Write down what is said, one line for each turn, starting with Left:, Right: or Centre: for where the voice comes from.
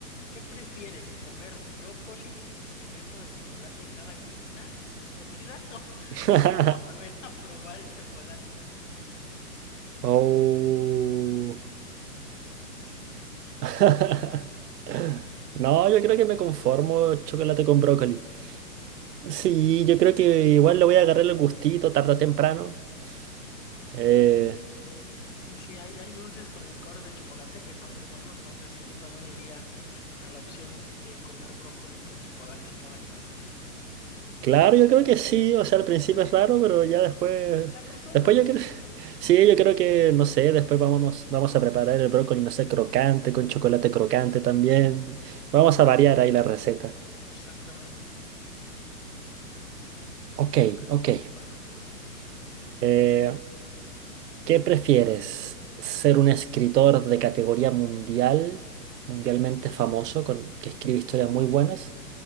Left: ¿qué prefieres? ¿Comer brócoli cubierto de chocolate en cada comida, comida <laughs>
Right: <laughs>
Left: o nunca volver a probar el chocolate?
Right: Oh. <laughs> No, yo creo que me conformo chocolate con brócoli. Sí,
Left: Ah.
Right: yo creo que igual le voy a agarrar el gustito tarde o temprano.
Left: Sí,
Right: Eh,
Left: ¿verdad? Sí, sí, sí, sí, hay, hay dulces con licor de chocolate que está muy bueno, entonces sí, yo también iría a la opción de comer brócoli con chocolate en cada comida.
Right: claro, yo creo que sí, o sea, al principio
Left: Sí,
Right: es
Left: sí.
Right: raro, pero ya después,
Left: ¿Te acostumbras?
Right: después yo creo, <laughs> sí, yo creo que, no sé, después vamos, vamos a preparar el brócoli, no sé, crocante, con chocolate crocante también. Vamos a variar ahí la receta.
Left: Exactamente, te
Right: Ok,
Left: toca
Right: ok.
Left: disparar.
Right: Eh, ¿Qué prefieres? ¿Ser un escritor de categoría mundial, mundialmente famoso, con, que escribe historias muy buenas?